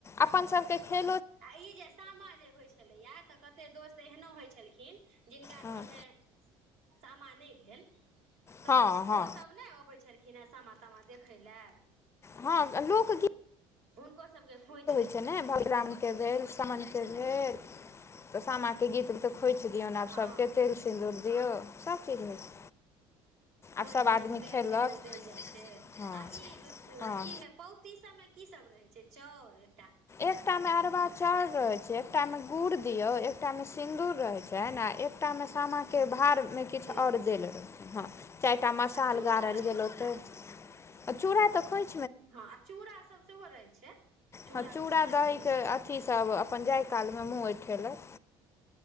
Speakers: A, on the left (about 25°); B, on the right (about 75°).
A: अप्पन सबके खे
B: आ, ई जे सामा जे होइ छलैया, तऽ कत्ते दोस्त एहनो होइ छलखिन जिनका घरमे
A: हँ
B: सामा नय भेल तऽ,
A: हँ
B: ओ-ओसभ
A: हँ
B: नय अबैत छल खिना सामा तामा देखैय लए।
A: हं, लोक गी-
B: हुनको सबके खोइं
A: छैय ने, भगरामके भेल, समनके भेल तऽ सामा के गीत तऽ खोइंछ दिऔन आब
B: हँ
A: सभ केते? सिन्दूर दियौ, सब चीज होइ छै।
B: खोंइच
A: आब सभ
B: -तोंइछ,
A: आदमी
B: तेल
A: खेलक
B: सिन्दूर देल जाइ छै,
A: हँ
B: आ ई
A: हँ
B: अथी मे पौत्- ती सब मे की सब रहै छै, चाउर ए
A: एकटा मेंअरवा चाउर रहय छै। एकटा मे गुड़ दियो, एकटा मे सिन्दूर रहय छैन आ एकटा मे सामा के भार मे किछु
B: सिन्दूर
A: आओर देल रहै, हं, चाइर टा मसाल
B: आ चूड़ो
A: गाड़ल
B: रहै
A: गेल
B: छै
A: ओतै।
B: ने
A: आ चूड़ा तऽ खोंइ-
B: हाँ, आ चूड़ा सब सेहो रहै छै।
A: हाँ, चूड़ा
B: गुड़
A: दहीके
B: सब सेहो दै छथिन
A: अथि सभ अप्पन जाय कालमे मूँह ऐंठेलक।